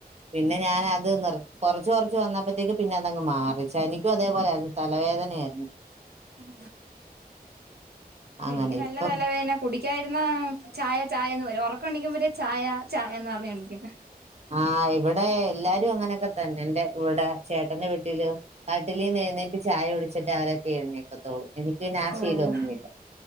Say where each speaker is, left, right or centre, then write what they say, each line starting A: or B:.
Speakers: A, on the right (about 40°); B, on the right (about 85°).
A: പിന്നെ ഞാൻ അത് നിർ കൊറച്ച് കൊറച്ച് വന്നപ്പോത്തേക്ക് പിന്നെ അതങ്ങ് മാറി എനിക്കുഅതേപോലാരുന്നു തലവേദന ആരുന്നു
B: ഉം ഇപ്പെനിക്ക്
A: അങ്ങനെ
B: നല്ല
A: ഇപ്പം
B: തലവേന കുടിക്കായിരുന്ന ചായ ചായ എന്ന് വരും ഒറക്കം എണിക്കുമ്പഴേ ചായ ചായ എന്ന്പറഞ്ഞെണീക്കും
A: ആഹ് ഇവിടെ എല്ലാരും അങ്ങനൊക്കെതന്നെന്റെ ഇവിടെ ചേട്ടന്റെ വീട്ടീലു കട്ടിലെന്നെയ്യ്ന്നെറ്റ് ചായ കുടി ച്ചിട്ടവരൊക്കെ എയുനെക്കത്തൊള്ളൂ എനിക്ക് പിന്നെ ആ
B: ഓ
A: ശീലൊഒന്നു ഇല്ല